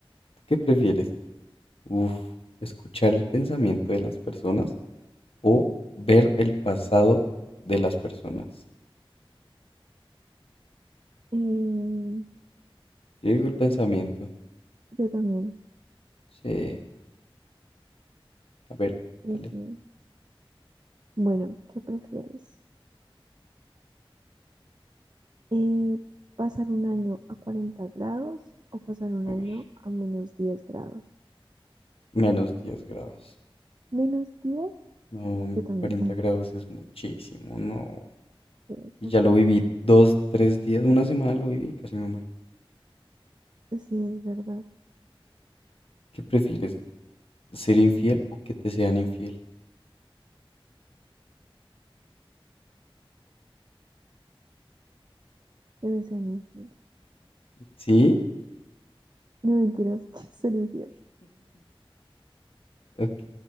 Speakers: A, on the left; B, on the right.
A: ¿Tú qué prefieres? Uf, escuchar el pensamiento de las personas o ver el pasado de las personas.
B: Em,
A: Yo digo el pensamiento.
B: yo también.
A: Sí, a ver,
B: Dice,
A: dale.
B: bueno, ¿qué prefieres? Eh, ¿pasar un año a 40 grados o pasar un
A: Uy,
B: año a menos 10 grados?
A: menos 10 grados.
B: ¿Menos diez
A: No,
B: Yo también.
A: 40
B: <laughs>
A: grados es muchísimo, no.
B: Sí, es
A: Y ya
B: verdad.
A: lo viví dos, tres días, una semana lo viví, casi me muero.
B: Sí, es verdad.
A: ¿Qué prefieres? ¿Ser infiel o que te sean infiel?
B: Que me sean infiel.
A: ¿Sí?
B: No mentiras, <laughs> quiero ser infiel.
A: Ok,